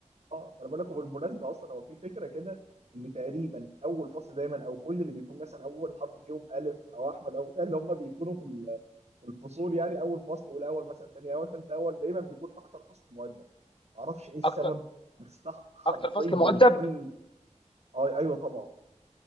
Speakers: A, on the right; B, on the left.
A: اه انا بقول لكم بالمناسبه اصلا هو في فكره كده ان تقريبا اول فصل دايما او كل اللي بيكون مثلا اول حرف فيهم الف او احمد او بتاع اللي هم بيكونوا في ال- في الفصول يعني اول فصل والاول مثلا ثاني اول ثالث اول دايما بيكون اكتر فصل مؤدب معرفش ايه السبب
B: اكتر
A: بس ده حرفيا
B: اكتر فصل مؤدب
A: كل آه ايوه طبعا